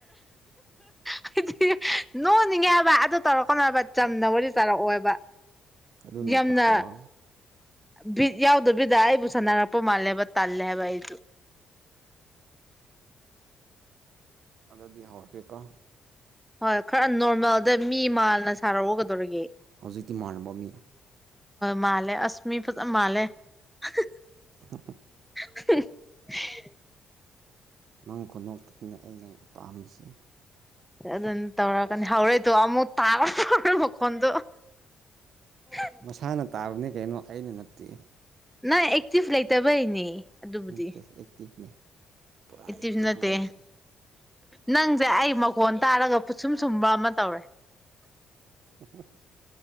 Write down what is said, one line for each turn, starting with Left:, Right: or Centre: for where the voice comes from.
Centre: ꯍꯥꯏꯗꯤ ꯅꯣꯛꯅꯤꯡꯉꯦ ꯍꯥꯏꯕ ꯑꯗꯨ ꯇꯧꯔꯛꯀꯅꯣ ꯍꯥꯏꯕ ꯆꯝꯅ ꯋꯥꯔꯤ ꯁꯥꯔꯛꯑꯣꯕ
Right: ꯑꯗꯨꯅ
Centre: ꯌꯥꯝꯅ
Right: ꯐꯠꯇ꯭ꯔꯣ
Centre: ꯕꯤꯠ ꯌꯥꯎꯗꯕꯤꯗ ꯑꯩ ꯕꯨ ꯁꯅꯥꯔꯡꯄ ꯃꯥꯜꯂꯦꯕ ꯇꯜꯂꯦ ꯍꯥꯏꯕ ꯑꯩꯗꯨ
Right: ꯑꯗꯨꯗꯤ ꯍꯧꯔꯛꯀꯦꯀꯣ
Centre: ꯍꯣꯏ ꯈꯔ ꯅꯣꯔꯃꯦꯜꯗ ꯃꯤ ꯃꯥꯜꯅ ꯁꯥꯔꯛꯎ ꯀꯩꯗꯩꫪꯒ‌ꯦ
Right: ꯍꯧꯖꯤꯛꯇꯤ ꯃꯥꯟꯅꯕ ꯃꯤ
Centre: ꯃꯥꯂꯦ ꯑꯁꯃꯤ ꯐ ꯃꯥꯂꯦ <unintelligible>
Right: <unintelligible>
Centre: <inaudible>
Right: ꯅꯪ ꯈꯨꯨꯅ‌ꯣꯛꯇꯨꯅꯤꯅ‌ꯦ ꯑꯩꯅ ꯄꯥꯝꯃꯤꯁꯦ
Centre: ꯑꯗꯨꯅ ꯇꯧꯔ ꯀꯅꯤ ꯍꯧꯔꯣꯏꯇꯣ ꯑꯃꯨꯛ ꯇꯥ ꯇꯧ꯭ꯔ ꯃꯀꯣꯟꯗ <unintelligible> <inaudible>
Right: ꯃꯁꯥꯅ ꯇꯥꯕꯅꯤ ꯀꯩꯅꯣ ꯑꯩꯅ ꯅꯠꯇꯦ
Centre: ꯅꯪ ꯑꯦꯛꯇꯤꯚ ꯂꯩꯇꯕꯩꯅ‌ꯦ ꯑꯗꯨꯕꯨꯗꯤ
Right: ꯅꯠꯇꯦ ꯑꯦꯛꯇꯤꯞꯅꯦ ꯄꯨꯔꯥ
Centre: ꯏꯠꯇꯤꯁꯨ
Right: ꯑꯦꯛꯇꯤꯞꯅꯦ
Centre: ꯅꯠꯇꯦ
Right: ꯑꯩꯁꯦ
Centre: ꯅꯪꯁꯦ ꯑꯩ ꯃꯈꯣꯟ ꯇꯥꯔꯒ ꯄꯨꯠꯁꯨꯝ ꯁꯨꯝꯕ ꯑꯃ ꯇꯧꯔꯦ
Right: <inaudible>